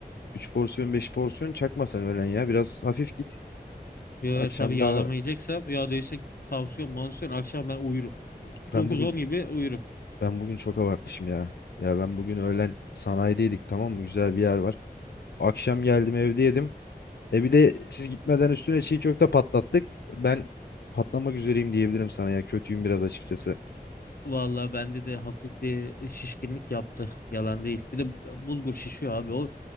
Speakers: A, on the left (about 85°); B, on the left (about 65°).
A: 3 porsiyon 5 porsiyon çakma sen öğlen ya. Biraz hafif git.
B: Ya,
A: Hı. Akşam
B: tabii yağlama
A: da
B: yiyeceksem ya değilse tansiyon mansiyon akşam ben uyurum.
A: ben
B: dokuz
A: bugün
B: on gibi uyurum.
A: ben bugün çok abartmışım ya. Ya ben bugün öğlen sanayideydik tamam mı? Güzel bir yer var. Akşam geldim evde yedim. E bir de siz gitmeden üstüne çiğ köfte patlattık. Ben patlamak üzereyim diyebilirim sana ya. Kötüyüm biraz açıkçası.
B: Vallahi bende de hafif bir şişkinlik yaptı. Yalan değil. Bir de bulgur şişiyor abi o.